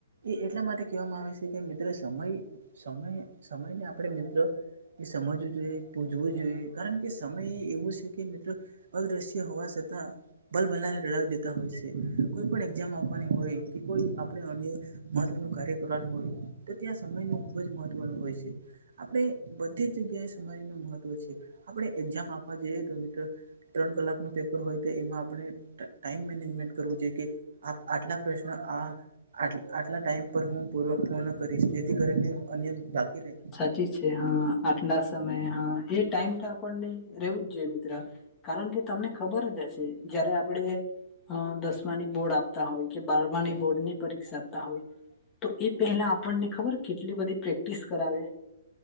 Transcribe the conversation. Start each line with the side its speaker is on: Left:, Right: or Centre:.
Right: એ એટલા માટે કેવામાં આવે સે કે, મિત્ર સમય સમય સમયને આપણે મિત્ર એ સમજવું જોઈએ પૂજવું જોઈએ કારણ કે, સમય એ એવું સે કે મિત્ર અદૃશ્ય હોવા સતાં ભલ ભલાને લડાવી દેતા હોય સે. કોઈ પણ એક્જામ આપવાની હોય, કે કોઈ આપણે અન્ય મહત્વનુ કાર્ય ધોરણ હોય, તો ત્યાં સમય નો ખૂબ જ મહત્વનુ હોય સે આપણે બધી જગ્યાએ સમાજ નુ મહત્વ છે, આપણે એક્જામ આપવા જઈએ, તો મિત્રો ત્રણ કલાક નુ પેપર હોય તો એમાં આપણે ટાઈમ મેનેજમેન્ટ કરવું જોયે કે, આ આટલા પ્રશ્ન આ આટ આટલા ટાઈમ પર હું પૂ પૂર્ણ કરીસ. જેથી કરીને અન્ય બાકી રહે
Left: ચી છે હ આટલા સમયે હ એ ટાઈમ તો આપણને રેહવું જ જોઈએ મિત્ર. કારણ કે તમને ખબર જ હશે જયારે આપડે અ દસમાની બોર્ડ આપતા હોય કે બારમાની બોર્ડ ની પરીક્ષા આપતા હોય. તો એ પહેલા આપણને ખબર કેટલી બધી પ્રેક્ટિસ કરાવે.